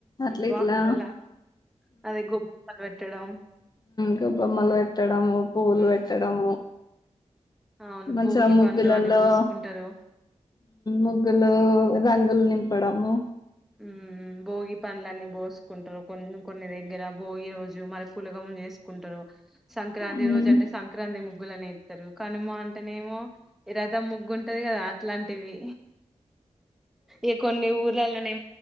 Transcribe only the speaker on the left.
అట్ల
ఇట్లా
గబ్బమ్మలు పెట్టడం పూలు
పెట్టడం
మంచిగా
ముగ్గులలో
ముగ్గులు రంగులు నింపడము
హ్మ్